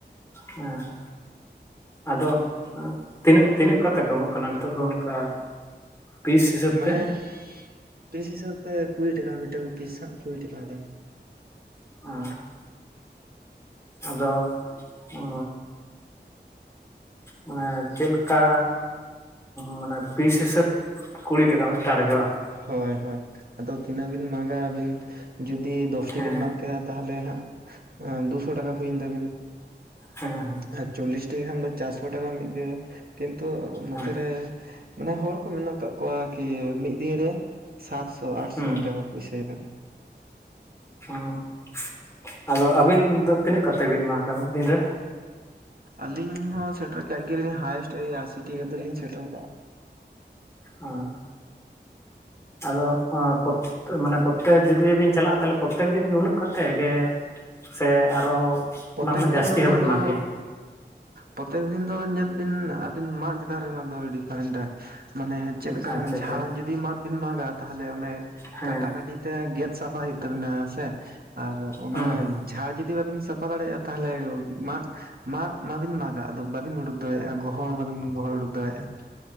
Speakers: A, on the left (about 15°); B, on the right (about 55°).
A: ᱦᱮᱸ ᱟᱫᱚ ᱛᱤᱱᱟ. ᱛᱤᱱᱟᱜ ᱠᱟᱛᱮ ᱠᱚ ᱮᱢᱚᱜ ᱠᱟᱱᱟ ᱱᱤᱛᱚᱜ ᱫᱚ ᱚᱱᱠᱟ ᱯᱤᱥ ᱦᱤᱥᱟᱹᱵ
B: ᱢᱟᱱᱮ
A: ᱛᱮ
B: ᱯᱤᱥ ᱦᱤᱥᱟᱹᱵ ᱛᱮ ᱠᱩᱲᱤ ᱴᱟᱠᱟ ᱢᱤᱴᱟᱝ ᱯᱤᱥ ᱦᱟᱸᱜ ᱠᱩᱲᱤ ᱴᱟᱠᱟ ᱫᱟᱢ᱾
A: ᱚ ᱟᱫᱚ ᱩ ᱢᱟᱱᱮ ᱪᱮᱫ ᱞᱮᱠᱟ ᱢᱟᱱᱮ ᱯᱤᱥ ᱦᱤᱥᱟᱹᱵ ᱠᱩᱲᱤ ᱴᱟᱠᱟ ᱢᱮᱫᱴᱟᱝ ᱨᱮᱜᱮ ᱵᱟᱝ
B: ᱦᱳᱭ ᱦᱳᱭ ᱟᱫᱚ ᱛᱤᱱᱟᱹᱜ ᱵᱤᱱ ᱢᱟᱜᱟ ᱟᱹᱵᱤᱱ ᱡᱩᱫᱤ ᱫᱚᱥᱴᱤ
A: ᱦᱮᱸ
B: ᱵᱤᱱ ᱢᱟᱜ ᱠᱮᱫᱟ ᱛᱟᱦᱚᱞᱮ ᱦᱟᱸᱜ ᱫᱩᱥᱚ ᱴᱟᱠᱟ ᱦᱩᱭᱮᱱ ᱛᱟᱵᱤᱱᱟ
A: ᱦᱮᱸ ᱦᱮᱸ
B: ᱟᱪ ᱪᱚᱞᱞᱤᱥᱴᱤ ᱠᱷᱟᱱ ᱫᱚ ᱪᱟᱨᱥᱚ ᱴᱟᱠᱟ ᱢᱤᱫ ᱫᱤᱱ ᱨᱮ ᱠᱤᱱᱛᱩ ᱱᱚᱛᱮᱨᱮ
A: ᱦᱮᱸ
B: ᱢᱟᱱᱮ ᱦᱚᱲ ᱠᱚ ᱢᱮᱱᱟᱜ ᱟᱠᱟᱫ ᱠᱚᱣᱟ ᱠᱤ ᱢᱤᱫ ᱫᱤᱱ ᱨᱮ ᱥᱟᱛᱥᱚ ᱟᱴᱥᱚ
A: ᱦᱩᱸ
B: ᱤᱱᱠᱟ ᱠᱚ ᱯᱩᱭᱥᱟᱹᱭ ᱫᱟᱠᱚ,
A: <unintelligible> ᱟᱫᱚ ᱟᱹᱵᱤᱱ ᱫᱚ ᱛᱤᱱᱟᱹᱜ ᱠᱟᱛᱮ ᱵᱤᱱ ᱢᱟᱜᱽ ᱟ ᱢᱤᱫ ᱫᱤᱱ ᱨᱮ?
B: ᱟᱞᱤᱧ ᱦᱚ ᱥᱮᱴᱮᱨ ᱠᱟᱜ ᱜᱮᱞᱤᱧ ᱦᱟᱭᱮᱥᱴ ᱳᱭ ᱟᱥᱤᱴᱤ ᱠᱟᱛᱮ ᱞᱤᱧ ᱥᱮᱴᱮᱨ ᱠᱟᱜ-ᱟ
A: ᱚ ᱟᱫᱚ ᱟ.. ᱯᱚᱛᱛᱮ ᱢᱟᱱᱮ ᱯᱚᱛᱛᱮᱠ ᱡᱩᱫᱤ ᱵᱤᱱ ᱪᱟᱞᱟᱜ-ᱟ ᱛᱟᱦᱞᱮ ᱯᱚᱨᱛᱮᱠ ᱫᱤᱱ ᱜᱮ ᱩᱱᱟᱹᱜ ᱠᱟᱛᱮ ᱜᱮᱻ ᱥᱮ ᱟᱨᱚ
B: ᱯᱚᱛᱛᱮᱠ
A: ᱚᱱᱟ ᱠᱷᱚᱱᱟᱜ
B: ᱫᱤᱱ
A: ᱡᱟᱹᱥᱛᱤ
B: ᱫᱚ ᱩᱱᱟᱹᱜ
A: ᱦᱚᱸᱵᱮᱱ
B: ᱫᱚ
A: ᱢᱟᱜᱽ ᱜᱮᱭᱟ
B: ᱯᱚᱛᱛᱮᱠ ᱫᱤᱱ ᱫᱚ ᱧᱮᱞ ᱟᱵᱤᱱ ᱟᱵᱤᱱ ᱢᱟᱫ ᱪᱮᱛᱟᱱ ᱨᱮ ᱚᱱᱟ ᱫᱚ ᱰᱤᱯᱷᱟᱨᱮᱱᱰᱟ ᱢᱟᱱᱮ ᱪᱮᱫ ᱞᱮᱠᱟᱱ
A: ᱟᱪᱪᱷᱟ
B: ᱡᱷᱟᱲ
A: ᱟᱪᱪᱷᱟ
B: ᱡᱩᱫᱤ ᱡᱩᱫᱤ ᱢᱟᱫ ᱵᱤᱱ ᱢᱟᱜᱟ ᱛᱟᱦᱚᱞᱮ ᱚᱱᱮ
A: ᱦᱮᱸ
B: ᱠᱟᱴᱟ ᱠᱟᱴᱤᱛᱮ ᱜᱮᱫ ᱥᱟᱯᱷᱟ ᱦᱩᱭᱩᱜ ᱛᱟᱵᱤᱱᱟ ᱥᱮ ᱟᱨ ᱚᱱᱟ
A: ᱦᱩᱸ ᱦᱩᱸ
B: ᱡᱷᱟᱲ ᱡᱩᱫᱤ ᱵᱟᱵᱤᱱ ᱥᱟᱯ- ᱯᱷᱟ ᱫᱟᱲᱮᱜ-ᱟ ᱛᱟᱦᱚᱞᱮᱻ ᱢᱟᱫ ᱢᱟᱜ ᱢᱟᱵᱤᱱ ᱢᱟᱜᱟ ᱟᱫᱚ ᱵᱟᱵᱤᱱ ᱩᱰᱩᱠ ᱫᱟᱲᱮᱭᱟᱜ-ᱟ ᱜᱚᱦᱚᱲ ᱵᱟᱵᱤᱱ ᱜᱚᱦᱚᱲ ᱩᱰᱩᱠ ᱫᱟᱲᱮᱭᱟᱜᱼᱟ